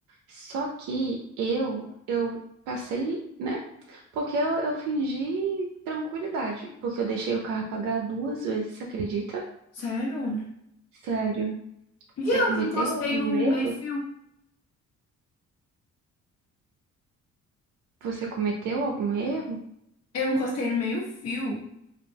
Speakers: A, on the right (about 80°); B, on the left (about 55°).
A: Só que eu eu passei, né? Porque eu, eu fingi tranquilidade, porque eu deixei o carro apagar duas vezes, você acredita?
B: Sério?
A: Sério.
B: E
A: Você
B: eu
A: cometeu
B: que encostei
A: algum
B: no
A: erro?
B: meio-fio.
A: Você cometeu algum erro?
B: Eu encostei no meio-fio.